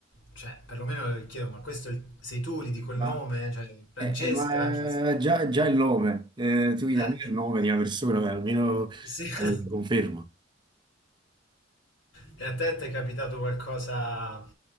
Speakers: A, on the left (about 80°); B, on the right (about 25°).
A: cioè, perlomeno le chiedo, ma questo è il- sei tu, gli dico il
B: Ma,
A: nome, cioè, Francesca,
B: eh, eh, ma
A: cioè, se-
B: eh, già, già il nome, eh, tu mi
A: eh,
B: dai almeno il nome di una persona, beh, almeno eh,
A: sì. <laughs>
B: conferma.
A: E a te ti è capitato qualcosa